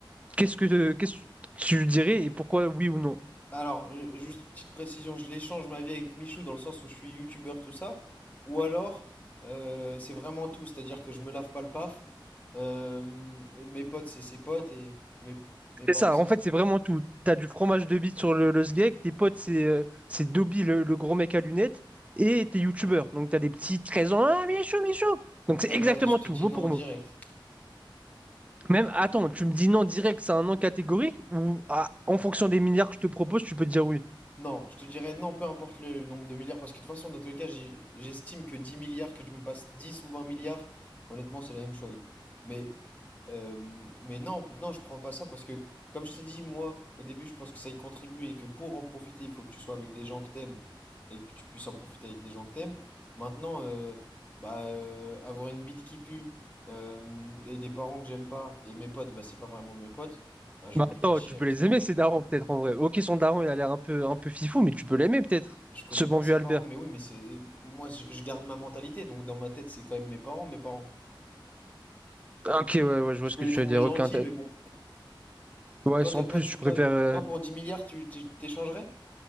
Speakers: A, on the right; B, on the left.
A: qu'est-ce que qu'est-ce que tu dirais et pourquoi oui ou non?
B: Alors, je- juste petite précision, je l'échange ma vie avec Michou dans le sens où je suis youtubeur, tout ça, ou alors euh, c'est vraiment tout, c'est-à-dire que je me lave pas le paf, euh, mes potes c'est ses potes et mes, mes parents
A: C'est ça,
B: c'est
A: en
B: ses
A: fait, c'est
B: parents.
A: vraiment tout. T'as du fromage de bite sur le, le sgeg, tes potes, c'est euh, c'est Dobby, le, le gros mec à lunettes, et t'es youtubeur. Donc t'as des petits 13 ans, ah Michou, Michou! Donc c'est
B: Eh
A: exactement
B: ben, je te
A: tout,
B: dis
A: mot
B: non
A: pour
B: en direct.
A: mot. Même, attends, tu me dis non direct, c'est un non catégorique, ou ah, en fonction des milliards que je te propose, tu peux te dire oui?
B: Non, je te dirais non, peu importe le nombre de milliards, parce que de toute façon, dans tous les cas, j'y- j'estime que 10 milliards, que tu me passes 10 ou 20 milliards, honnêtement, c'est la même chose. Mais, euh, mais non, non, je prends pas ça parce que, comme je t'ai dit, moi, au début, je pense que ça y contribue et que pour en profiter, il faut que tu sois avec des gens que t'aimes et que tu puisses en profiter avec des gens que t'aimes. Maintenant, euh, bah, euh, avoir une bite qui pue euh, et des parents que j'aime pas et mes potes, bah, c'est pas vraiment mes potes, bah, je
A: Mais
B: me
A: attends,
B: ferais chier
A: tu peux
B: avec
A: les
B: cet argent.
A: aimer, ces darons, peut-être en vrai. Ok, son daron, il a l'air un peu, un peu fifou, mais tu peux l'aimer, peut-être.
B: Je connais
A: Ce bon
B: pas
A: vieux
B: ses
A: Albert.
B: parents, mais oui, mais c'est. Moi, je je garde ma mentalité, donc dans ma tête, c'est quand même mes parents, mes parents.
A: Ah, Ok, ouais, ouais, je vois
B: Je
A: ce
B: peux
A: que
B: les
A: tu
B: trouver
A: veux dire.
B: gentils,
A: Ok, inté-
B: mais bon.
A: ouais,
B: Toi,
A: sans
B: toi, toi,
A: plus,
B: tu,
A: je préfère.
B: toi,
A: euh,
B: toi pour dix milliards, tu tu- t'échangerais?